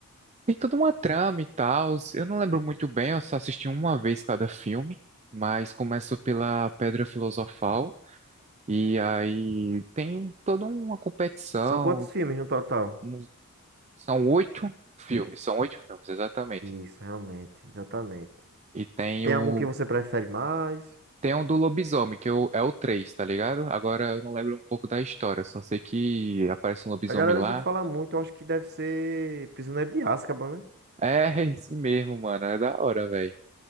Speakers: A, on the right; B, on the right.
A: tem toda uma trama e tal. Eu não lembro muito bem, eu só assisti uma vez cada filme, mas começa pela Pedra Filosofal, e aí tem toda uma competição.
B: São quantos filmes no total?
A: um- São oito filmes, são oito filmes, exatamente.
B: Isso, realmente, exatamente.
A: E tem
B: Tem
A: o.
B: algum que você prefere mais?
A: Tem um do lobisomem, que é o, é o 3, tá ligado? Agora eu não lembro um pouco da história, só sei que aparece um lobisomem
B: A galera
A: lá.
B: já fala muito, eu acho que deve ser Prisioneiro de Azkaban, né?
A: É, <laughs> esse mesmo, mano, é da hora, velho.